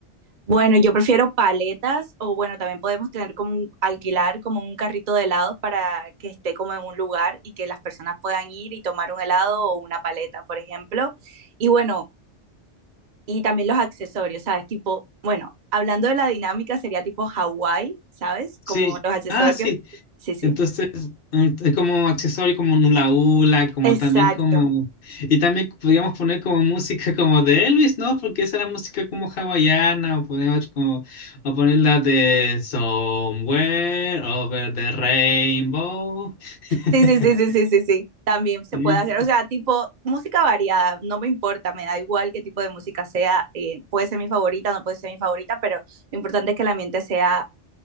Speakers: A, on the right; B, on the left.
A: Bueno, yo prefiero paletas o bueno, también podemos tener como un, alquilar como un carrito de helados para que esté como en un lugar y que las personas puedan ir y tomar un helado o una paleta, por ejemplo. Y bueno, y también los accesorios, ¿sabes? Tipo, bueno, hablando de la dinámica sería tipo Hawái, ¿sabes? Como
B: Sí.
A: los accesorios.
B: Ah, sí.
A: Sí, sí.
B: Entonces, mm, es como accesorio como un hula hula, como
A: Exacto.
B: también como... Y también podríamos poner como música como de Elvis, ¿no? Porque esa era música como hawaiana, o podemos como... O poner la de Somewhere Over the Rainbow. <laughs>
A: Sí, sí, sí, sí, sí, sí, sí. También se
B: Sí,
A: puede hacer, o sea, tipo música variada, no me importa, me da igual qué tipo de música sea, eh, puede ser mi favorita, no puede ser mi favorita, pero lo importante es que el ambiente sea